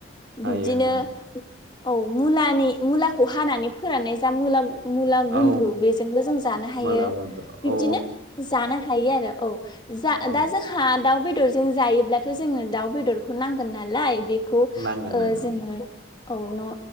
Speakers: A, on the left; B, on the right.
A: बिबदिनो
B: हायो हायो
A: औ मुलानि मुलाखौ हानानै फोराननाय जा मुला मुला गुन्द्रु
B: औ
A: बेजोंबो जों जानो हायो
B: माला गनथ'
A: बिब्दिनो
B: औ
A: जानो हायो आरो औ। जा
B: औ
A: दा जोंहा दाउ बेदरजों जायो ब्लाथ' जोंनो दाउ बेदरखौ नांगोन नालाय बे खौ
B: नांगोन
A: ओ
B: नांगोन
A: जोङो औ न'